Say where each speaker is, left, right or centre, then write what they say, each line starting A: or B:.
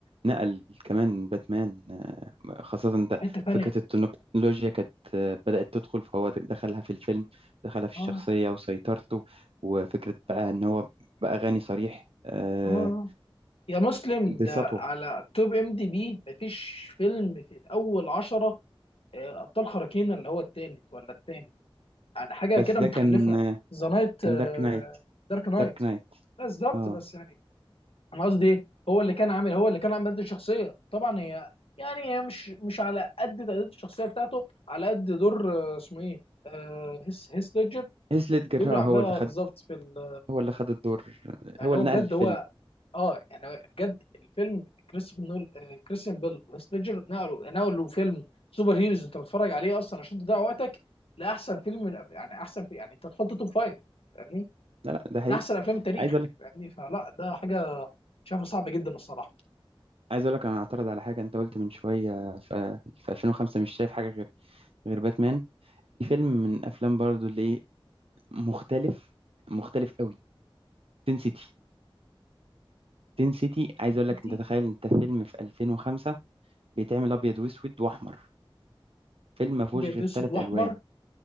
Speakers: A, on the right; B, on the left.
A: نقل كمان باتمان آه، خاصة انت
B: حته تانيه
A: فكرة التكنولوجيا كانت آه، بدأت تدخل فهو دخلها في الفيلم دخلها في الشخصية
B: اه
A: وسيطرته وفكرة بقى ان هو بقى غني صريح آه،
B: اه آه. يا مسلم
A: بسطوة
B: ده على توب ام دي بي مفيش فيلم في اول عشرة آه، ابطال خارقين اللي هو التالت ولا التاني يعني حاجه
A: بس
B: كده متخلفه
A: ده كان آه،
B: ذا نايت
A: كان دارك نايت
B: دارك نايت
A: دارك نايت
B: بالظبط
A: اه
B: بس يعني انا قصدي ايه هو اللي كان عامل هو اللي كان عامل قد الشخصيه طبعا هي يعني هي مش مش على قد تأدية الشخصيه بتاعته على قد دور آه، اسمه ايه آه، هيث هيث ليدجر
A: هيث ليدجر
B: الدور عملها
A: آه، هو اللي خد
B: بالظبط في ال-
A: هو اللي خد الدور
B: يعني
A: هو
B: هو
A: اللي
B: بجد
A: نقل الفيلم
B: هو اه يعني بجد الفيلم كريستوفر نول آه، كريستيان بيل وسليجر نقلوا نقلوا فيلم سوبر هيروز انت بتتفرج عليه اصلا عشان تضيع وقتك لاحسن فيلم من يعني احسن في يعني انت تحط توب فايف فاهمني
A: لا لا ده حقيقي
B: من احسن افلام التاريخ
A: عايز
B: فاهمني فلا ده حاجه شايفها صعبه جدا الصراحه
A: عايز اقول لك انا اعترض على حاجه انت قلت من شويه في في 2005 مش شايف حاجه غير غير باتمان دي فيلم من افلام برضو اللي إيه مختلف مختلف قوي تين سيتي تين سيتي عايز اقول لك
B: انتي
A: انت تخيل انت فيلم في 2005 بيتعمل ابيض واسود واحمر فيلم ما فيهوش
B: ابيض
A: غير
B: اسود
A: ثلاث
B: واحمر
A: الوان